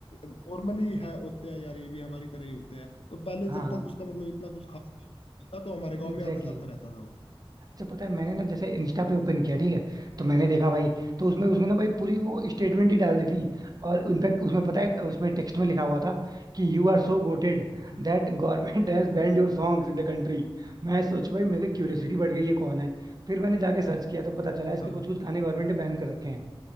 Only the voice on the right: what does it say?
हाँ
हाँ
एग्जैक्टली
अच्छा पता है मैंने ना जैसे इंस्टा पे ओपन किया ठीक है तो मैंने देखा भाई तो उसमें
उसने ना भाई पूरी वो स्टेटमेंट ही डाल दी थी और इनफैक्ट उसमें पता है उसमें टेक्स्ट में लिखा हुआ था कि you are so gutted
that government has banned your songs in the country <laughs> मैं सोचू भाई मेरे क्यूरियोसिटी बढ़ गई
ये
कौन है फिर मैंने जाके सर्च किया तो पता चला इसके
कुछ
कुछ गाने गवर्नमेंट ने बैन कर रखे हैं